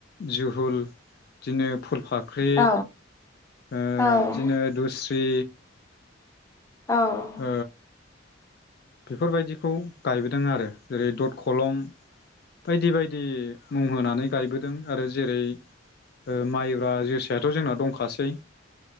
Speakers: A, on the left; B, on the left.
A: जु धुल दिनो फुलफाख्रि
B: औ
A: ओ
B: औ
A: बिदिनो दुस्रि
B: औ
A: ओ बेफोरबायदिखौ गायबोदों आरो जेरै दद खलं बायदि बायदि मुं होनानै गायबोदों आरो जेरै ओ माइब्रा जोसायाथ' जोंना दंखासै